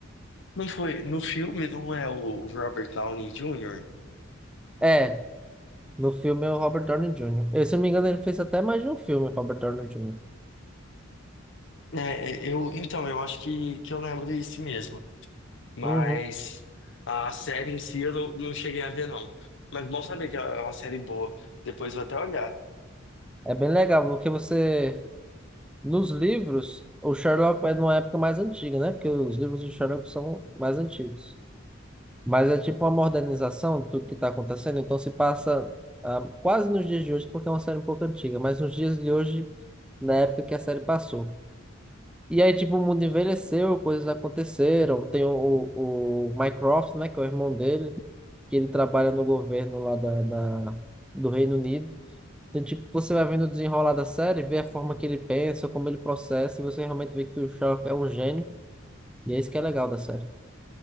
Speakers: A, on the left; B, in the centre.
A: Não foi. No filme não é o Robert Downey Jr.?
B: É, No filme é o Robert Downey Jr. Eu, se não me engano, ele fez até mais de um filme, Robert Downey Jr.
A: É, é, eu, então, eu acho que, que eu lembro disso mesmo. Mas
B: Uhum.
A: a série em si eu não, não cheguei a ver, não. Mas bom saber que é uma série boa. Depois eu vou até olhar.
B: É bem legal, porque você, nos livros, o Sherlock é numa época mais antiga, né? Porque os livros de Sherlock são mais antigos. Mas é tipo uma modernização do que está acontecendo, então se passa ah, quase nos dias de hoje, porque é uma série um pouco antiga, mas nos dias de hoje, na época que a série passou. E aí, tipo, o mundo envelheceu, coisas aconteceram. Tem o, o, o Mycroft, né, que é o irmão dele que ele trabalha no governo lá da, da- do Reino Unido. Então, tipo, você vai vendo o desenrolar da série, vê a forma que ele pensa, como ele processa, e você realmente vê que o Sherlock é um gênio, e é isso que é legal da série.